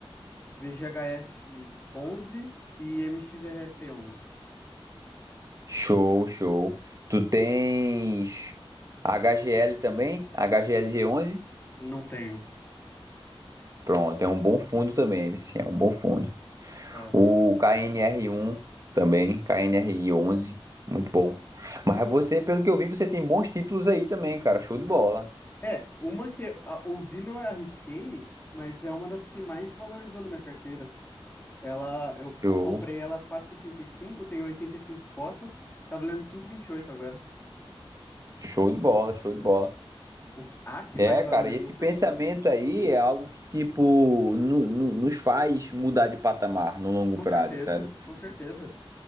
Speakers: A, on the left (about 20°); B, on the right (about 35°).
A: VGHF onze e MXRF onze.
B: Show, show. Tu tens HGL também, HGL G11.
A: Não tenho.
B: Pronto, é um bom fundo também, MC, é um bom fundo.
A: Tá, tem
B: O
A: aqui.
B: KNR1 também, KNR11, muito bom. Mas você, pelo que eu vi, você tem bons títulos aí também, cara. Show de bola.
A: É, uma que é, a- o Vino eu arrisquei, mas é uma das que mais valorizou na minha carteira. Ela, eu
B: Show,
A: comprei ela a quatro vírgula sessenta e cinco. eu tenho 85 cotas, tá valendo cinco vírgula vinte e oito agora.
B: show de bola, show de bola.
A: O, que- a que
B: É,
A: mais valorizou
B: cara, esse
A: foi
B: pensamento
A: a XPCO.
B: aí é algo que, tipo, no- no- nos faz mudar de patamar no longo
A: Com
B: prazo,
A: certeza,
B: sabe?
A: com certeza.